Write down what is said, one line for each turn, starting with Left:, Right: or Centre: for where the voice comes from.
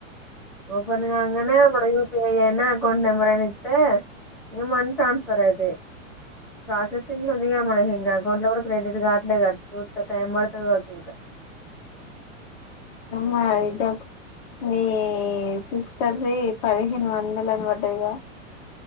Centre: ఓపెన్ గాంగనే మన యూపీ పే అయినా అకౌంట్ నెంబర్ అని ఇస్తే ఏ మనీ ట్రాన్స్ఫర్ అవుతాయి ప్రాసెసింగ్ లో ఉందిగా మనకి ఇంకా అకౌంట్ లో కూడా క్రెడిట్ కాట్లే కదా <inaudible> ఇంకా టైం పడేయాలి కావచ్చు ఇంకా
Left: మరి డాక్టరుమీ సిస్టర్ది పదిహేను వందలు అని పఢ్ఢదిగా